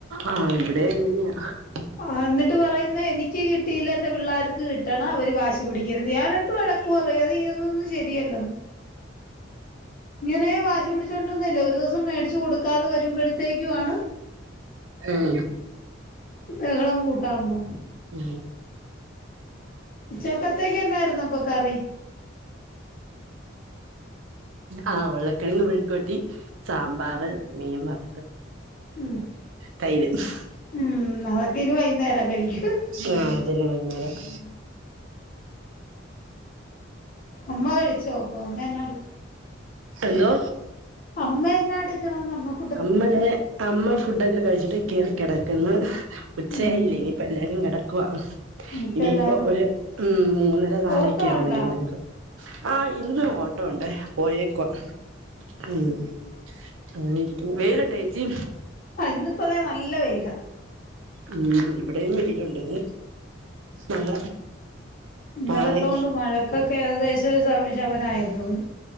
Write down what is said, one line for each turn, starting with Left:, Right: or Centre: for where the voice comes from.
Right: ആഹ് ഇവിടെ <unintelligible>
Left: ആഹ് എന്നിട്ട് പറയുന്ന എനിക്ക് കിട്ടിയില്ല എന്റെ പിള്ളേർക്ക് കിട്ടണം അവര് വാശി പിടിക്കരുത്. ഞാന് വഴക്ക് പറയും അതീതൊന്നും ശരിയല്ലന്ന് ഇങ്ങനെയെ വാശി പിടിച്ചുകൊണ്ടന്നില്ലെ ഒരു ദിവസം മേടിച്ച് കൊടുക്കാതെ വരുമ്പഴത്തേക്കു ആണ്
Right: ഉം
Left: ബഹളം കൂട്ടാൻ പോ
Right: ഉം
Left: ഉച്ചക്കത്തേക്ക് എന്നായിരുന്നു അപ്പൊ കറി?
Right: ആഹ് ഉള്ളക്കിഴങ്ങ് മെഴക്ക്പെര്ട്ടി, സാമ്പാറ്, മീൻ വർ
Left: ഉം
Right: <unintelligible>
Left: ഉം അതൊക്കെ ഇനി വൈകുന്നേരം കഴിക്കും
Right: ആഹ് അതല്ലാ <unintelligible>
Left: അമ്മ കഴിച്ചോ അപ്പൊ അമ്മ എന്നാ എടു
Right: എന്തോ?
Left: അമ്മയന്നാ എടുക്കണ നമ്മക്
Right: അമ്മയെ അമ്മ ഫുഡൊക്കെ കഴിച്ചിട്ട് കേയ്‌റി കെടക്ക്ന്ന് ഉച്ചയായില്ല
Left: ഉം
Right: ഇനിയിപ്പ എല്ലാരും കിടക്കവാ
Left: ഇപ്പ
Right: ഇനിയിപ്പോ
Left: എല്ലാരും ഉറക്ക
Right: ഒരു ഉമ് മൂന്നര നാളൊക്കെ
Left: ഓട്ടോ
Right: ആവും
Left: ഉണ്ടോ
Right: <unintelligible> ആഹ് ഇന്ന് ഓട്ടോ ഉണ്ടേ പോയേക്കോ ഉമ് അഹ് ഇരിക്ക വെയിലുണ്ട ച്ചി
Left: ആ ഇന്നിപ്പ അത നല്ല വെയില
Right: ഉമ് ഇവിടെയും വെയിലുണ്ടന്ന് മഴ
Left: ഇന്നലത്തൊണ്ട്
Right: മാറി
Left: മഴക്കൊക്കെ ഏകദേശം ഒരു ശമനായി തോന്നന്ന്